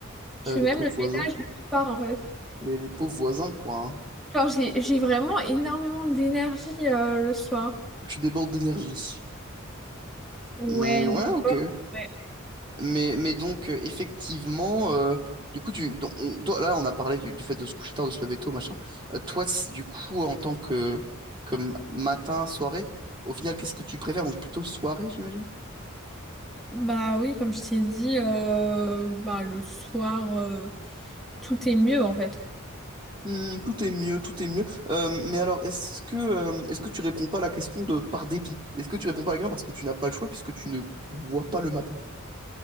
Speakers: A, in the centre; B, on the right.
A: Je
B: Euh,
A: fais
B: les
A: même
B: pauvres
A: le
B: voisins.
A: ménage le soir, en fait.
B: Les, les pauvres voisins, quoi. hein.
A: Genre, j'ai, j'ai vraiment énormément d'énergie euh, le soir.
B: Tu débordes d'énergie.
A: Ouais,
B: Mais ouais,
A: des
B: ok.
A: bords, ouais.
B: Mais, mais donc, euh, effectivement, euh, du coup, tu, donc, on- toi, là, on a parlé du, du fait de se coucher tard, de se lever tôt, machin. Euh, toi, c- du coup, en tant que comme matin, soirée, au final, qu'est-ce que tu préfères? Donc, plutôt soirée, j'imagine?
A: Bah oui, comme je t'ai dit, euh, ben, le soir, euh, tout est mieux, en fait.
B: Hmm, tout est mieux, tout est mieux. Euh, mais alors, est-ce que, euh, est-ce que tu réponds pas à la question de par dépit? Est-ce que tu réponds pas à la question parce que tu n'as pas le choix puisque tu ne vois pas le matin?